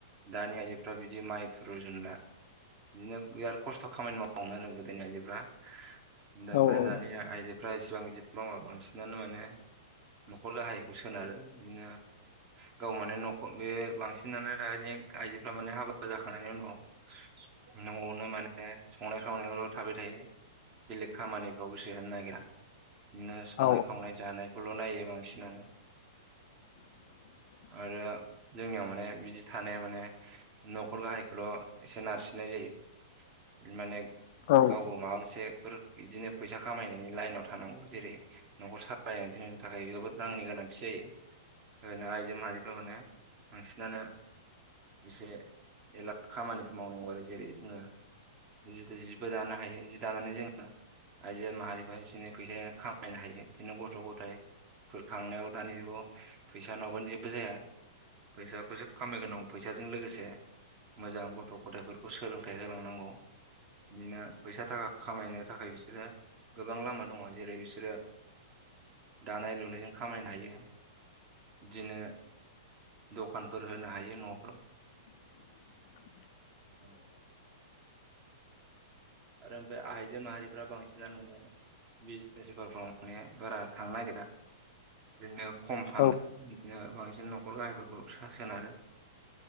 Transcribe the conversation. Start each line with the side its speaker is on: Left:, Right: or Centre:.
Right: दानि आइजोफ्रा बिदि माइफोर रुजुनला। बिदिनो बिराद खस्थ' खामानि मावनो रोंगो गोदोनि आइजोफ्रा। दा ओमफ्राय
Left: औ औ
Right: दानि आइजोफ्रा इसिबां बि मावा बांसिनानो माने न'खर गाहायखौ सोनारो बिदिनो गाव माने न'खर बे बांसिनानो आइजोफ्रा माने हाबा जाखांनायनि उनाव न'आवनो माने संनाय खावनायावल' थाबाय थायो बेलेग खामानिफ्राव गोसो होनो नागिरा। बिदिनो संनाय
Left: औ
Right: खावनाय जानायखौल' नायो बांसिनानो।
Left: <unintelligible> <inaudible>
Right: आरो जोंनियाव माने बिदि थानाया माने न'खर गाहायखौल' एसे नारसिननाय जायो। जायो माने।
Left: औ
Right: गावबो माबा मोनसेफोर बिदिनो फैसा खामायनायनि लाइनाव थानांगौ जेरै न'खर सालायनाय जोंनि थाखाय जोबोद रांनि गोनांथि जायो। ओरैनो आइजो माहारिफोरा माने बांसिनानो एसे खामानिफोर मावनांगौ आरो जेरै जोङो जि जि जिबो दानो हायो जि दानानै जोङो आइजो माहारिफ्रा एसे एनै फैसा खामायनो हायो। बिदिनो गथ' गथायफोरखांनायाव दानि जुगाव फैसा नङाबानो जेबो जाया। फैसाखौसो खामायग्रोनांगौ फैसाजों लोगोसे मोजां गथ' गथायफोरखौ सोलोंथाइ होलांनांगौ बिदिनो फैसा थाखा खामायनो थाखाय बिसोरो गोबां लामा दङ जेरै बिसोरो दानाय लुनायजों खामायनो हायो बिदिनो दखानफोर होनो हायो न'फोराव।
Left: <unintelligible> <inaudible>
Right: औ आरो आमफाया आइजो मा फ्रा बांसिनानो नुनो बिजनेसफ्राव माने बारा थांनो नागिरा ओरैनो खम थाङो
Left: औ
Right: बिदिनो बांसिन न'खर गाहायफोरखौ सासोनारो